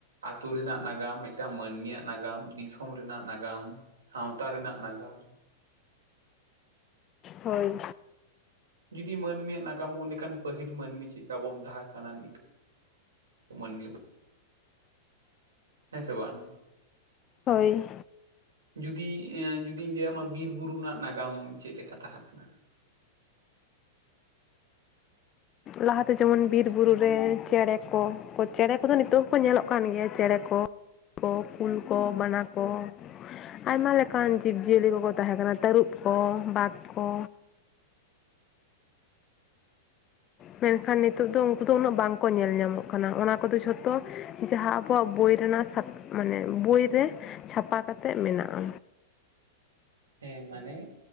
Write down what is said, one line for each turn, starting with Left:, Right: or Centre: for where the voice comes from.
Right: ᱟᱛᱩ ᱨᱮᱱᱟᱜ ᱱᱟᱜᱟᱢ ᱢᱤᱫᱴᱟᱝ ᱢᱟᱹᱱᱢᱤᱭᱟᱜ ᱱᱟᱜᱟᱢ ᱫᱤᱥᱚᱢ ᱨᱮᱱᱟᱜ ᱱᱟᱜᱟᱢ, ᱥᱟᱶᱛᱟ ᱨᱮᱱᱟᱜ ᱱᱟᱜᱟᱢ
Left: ᱦᱳᱭ᱾
Right: ᱡᱩᱫᱤ ᱢᱟᱹᱱᱢᱤᱭᱟᱜ ᱱᱟᱜᱟᱢ ᱚᱸᱜ ᱞᱮᱠᱷᱟᱱ ᱯᱟᱹᱦᱤᱞ ᱢᱟᱹᱱᱢᱤ ᱪᱮᱜ ᱠᱟ ᱵᱚᱱ ᱛᱟᱦᱮᱸ ᱠᱟᱱᱟ ᱱᱤᱛ- ᱢᱟᱱᱢᱤᱭᱚᱸᱜ ᱦᱮᱸ ᱥᱮ ᱵᱟᱝ
Left: ᱦᱳᱭ᱾
Right: ᱡᱩᱫᱤ ᱮᱸ ᱡᱩᱫᱤᱧ ᱞᱟᱹᱭᱼᱟᱢᱟ ᱵᱤᱨ ᱵᱩᱨᱩ ᱨᱮᱱᱟᱜ ᱱᱟᱜᱟᱢ ᱪᱮᱫ ᱞᱮᱠᱟ ᱛᱟᱦᱮᱸ ᱠᱟᱱᱟ?
Left: ᱞᱟᱦᱟᱛᱮ ᱡᱮᱢᱚᱱ ᱵᱤᱨ ᱵᱩᱨᱩ ᱨᱮ ᱪᱮᱲᱮ ᱠᱚ, ᱠᱚ ᱪᱮᱲᱮ ᱠᱚᱫᱚ ᱱᱤᱛᱩᱜ ᱦᱚᱸᱠᱚ ᱧᱮᱞᱚᱜ ᱠᱟᱱ ᱜᱮᱭᱟ ᱪᱮᱲᱮ ᱠᱚ, ᱠᱚ, ᱠᱩᱞ ᱠᱚ, ᱵᱟᱱᱟ ᱠᱚ, ᱟᱭᱢᱟ ᱞᱮᱠᱟᱱ ᱡᱤᱵᱽᱼᱡᱤᱭᱟᱹᱞᱤ ᱠᱚᱠᱚ ᱛᱟᱦᱮᱸᱠᱟᱱᱟ ᱛᱟᱹᱨᱩᱵ ᱠᱚ ᱵᱟᱜ ᱠᱚ, ᱢᱮᱱᱠᱷᱟᱱ ᱱᱤᱛᱚᱜ ᱫᱚ ᱩᱱᱠᱩ ᱫᱚ ᱩᱱᱟᱹᱜ ᱵᱟᱝᱠᱚ ᱧᱮᱞ ᱧᱟᱢᱚᱜ ᱠᱟᱱᱟ, ᱚᱱᱟ ᱠᱚᱫᱚ ᱡᱷᱚᱛᱚ ᱡᱟᱦᱟᱸ ᱟᱵᱚᱣᱟᱜ ᱵᱳᱭ ᱨᱮᱱᱟᱜ ᱥᱟᱛᱼᱼ ᱢᱟᱱᱮ, ᱵᱩᱭ ᱨᱮ ᱪᱷᱟᱯᱟ ᱠᱟᱛᱮᱫ ᱢᱮᱱᱟᱜ-ᱟ᱾
Right: ᱦᱮᱸ ᱢᱟᱱᱮᱼᱼ